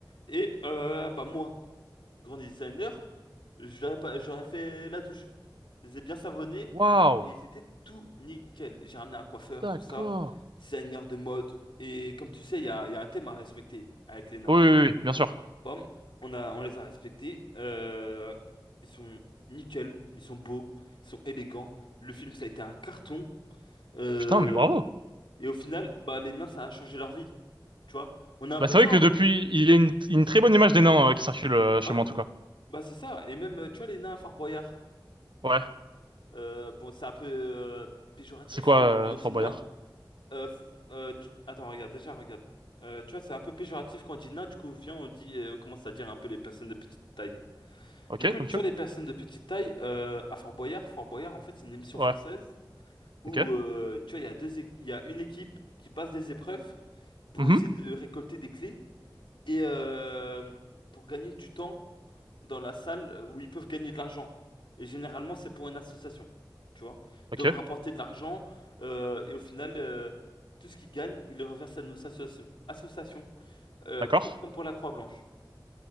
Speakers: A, on the left; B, on the right.
A: Et euh, bah moi. grand designer, je l'aurais pas, j'aurais fait la douche. Je les ai bien savonnés
B: Waouh,
A: et ils étaient tout nickel. J'ai ramené un coiffeur,
B: d'accord.
A: tout ça, designer de mode. Et comme tu sais, il y a, il y a un thème à respecter avec les nains.
B: Oui, oui, oui, bien sûr.
A: Pomme, on a, on les a respectés. Euh, ils sont nickel, ils sont beaux, ils sont élégants. Le film, ça a été un carton. Euh,
B: Putain, mais bravo.
A: et au final, bah, les nains, ça a changé leur vie. Tu vois? On a un
B: Bah
A: peu,
B: c'est
A: tu
B: vrai
A: vois,
B: que depuis, il y a une, une très bonne image des nains euh, qui circule euh, chez
A: ouais,
B: moi en tout cas.
A: bah c'est ça. Et même, euh, tu vois, les nains à Fort Boyard.
B: Ouais.
A: Euh, bon, c'est un peu euh, péjoratif
B: C'est quoi
A: les- quand on
B: euh,
A: dit
B: Fort
A: nain.
B: Boyard?
A: Euh, f- euh, tu- Attends, regarde, déjà, regarde. Euh, tu vois, c'est un peu péjoratif quand on dit nain, du coup, viens, on dit, euh, on commence à dire un peu les personnes de petite taille.
B: Ok,
A: Du coup,
B: comme
A: tu
B: tu
A: vois,
B: veux.
A: les personnes de petite taille, euh, à Fort Boyard, Fort Boyard, en fait, c'est une émission
B: Ouais.
A: française où,
B: Ok.
A: euh, tu vois, il y a deux, équ- il y a une équipe qui passe des épreuves pour
B: Mhm.
A: essayer de récolter des clés et euh, pour gagner du temps dans la salle euh, où ils peuvent gagner de l'argent. Et généralement, c'est pour une association. Tu vois? Ils
B: Ok.
A: doivent rapporter de l'argent euh, et au final, euh, tout ce qu'ils gagnent, ils le reversent à nos associations. Associations, euh,
B: D'accord?
A: pour- comme pour la Croix-Blanche.